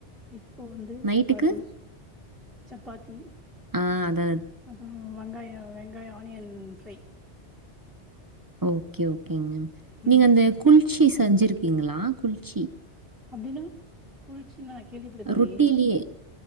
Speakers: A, in the centre; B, on the right (about 35°).
A: இப்போ வந்து
B: நைட்டுக்கு?
A: சப்பாத்தி சப்பாத்தி
B: ஆ அதால
A: அப்புறோ வெங்காயோ வெங்காயோ ஆனியன் ஃப்ரை
B: ஓகே ஓகேங்க
A: ம்
B: நீங்க அந்த
A: ம்
B: குள்ச்சி செஞ்சிருக்கீங்களா குள்ச்சி
A: அப்டீன்னா குள்ச்சினா நா கேள்விப்பட்டது இல்லயே
B: ரொட்டிலயே